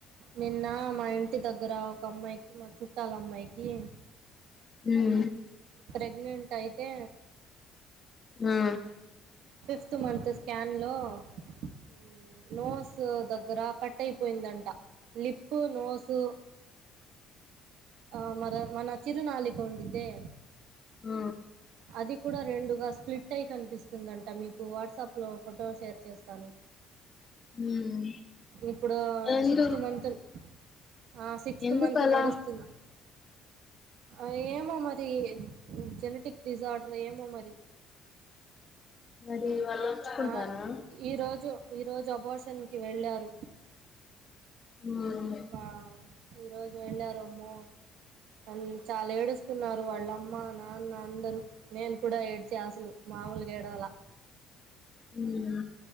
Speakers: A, on the right; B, on the left.
A: నిన్న మా ఇంటి దగ్గర ఒక అమ్మాయికి మా చుట్టాలమ్మాయికి
B: మ్మ్
A: ప్రెగ్నెంట్ అయితే
B: ఆ
A: ఫిఫ్త్ మంత్ స్కాన్లో మ్మ్ నోస్ దగ్గర కట్ అయిపోయిందంట లిప్పు నోసు ఆ మర మన చిరునాలిక ఉండిద్దే
B: ఆ
A: అది కూడా రెండుగాస్ స్ప్లిట్టై కనిపిస్తుందంట మీకు వాట్సాప్లో ఫోటో షేర్ చేస్తాను
B: మ్మ్.
A: ఇప్పుడూ
B: ఎందు
A: సిక్స్త్ మంతల్ ఆ సిక్స్తు
B: ఎందుకు
A: మంత్
B: అలా
A: నడుస్తుంది ఆ ఏమో మరి జెనెటిక్ డిజార్డర్ ఏమో మరి
B: మరి వాళ్ళు ఉంచుకుంటారా
A: ఆ ఈ రోజు ఈరోజు అబాషన్కి వెళ్ళారు
B: మ్మ్.
A: వా ఈ రోజు వెళ్ళారమ్మో అన్ చాలా ఏడుస్తున్నారు వాళ్ళ అమ్మ నాన్న అందరూ నేను కూడా ఏడ్చా అసలు మామూలగా ఏడవల
B: మ్మ్